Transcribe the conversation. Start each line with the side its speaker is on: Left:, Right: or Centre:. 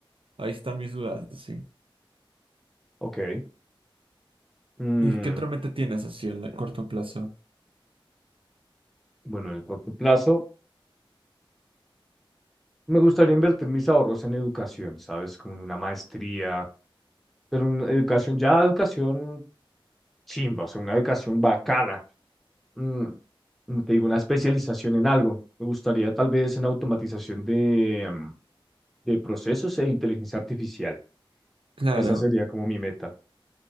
Right: ahí están mis dudas, sí.
Centre: ok. Mm,
Right: ¿Y qué otra meta tienes así a la- corto plazo?
Centre: bueno, en el corto plazo me gustaría invertir mis ahorros en educación, ¿sabes? Como en una maestría, pero una educación, ya educación chimba, o sea, una educación bacana mm, como te digo, una especialización en algo. Me gustaría tal vez en automatización de, mm, de procesos e inteligencia artificial.
Right: Claro.
Centre: Esa sería como mi meta.